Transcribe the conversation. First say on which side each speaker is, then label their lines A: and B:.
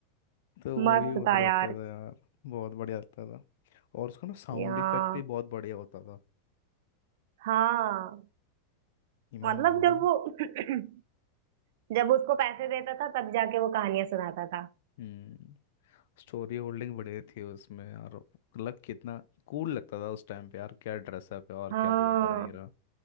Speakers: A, on the left; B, on the right.
A: तो वो
B: मस्त
A: भी बहुत
B: था
A: बड़ा
B: यार
A: लगता था यार बहुत बढ़िया लगता था और उसका ना साउंड
B: यहाँ
A: इफेक्ट भी बहुत बढ़िया होता था
B: हाँ
A: ये मैंने
B: मतलब
A: देखा
B: जब वो <clears throat> जब उसको पैसे देता था तब जाके वो कहानियां सुनाता था
A: ना स्टोरी होल्डिंग बढ़िया थी उसमें और लग कितना कूल लगता था उस टाइम पे यार क्या ड्रेसअप है और
B: हाँ
A: क्या लग रहा है हीरो